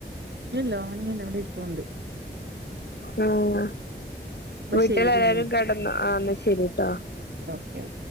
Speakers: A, on the right; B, on the left.
A: ല്ലല്ല ഒറങ്ങില്ല അവടെരിപോണ്ട്.
B: ആഹ് വീട്ടിൽലെല്ലാരും
A: ശരി എങ്കി
B: കെടന്നോ ആ എന്നാ ശരിട്ടോ?
A: ഓക്കെഓക്കെ.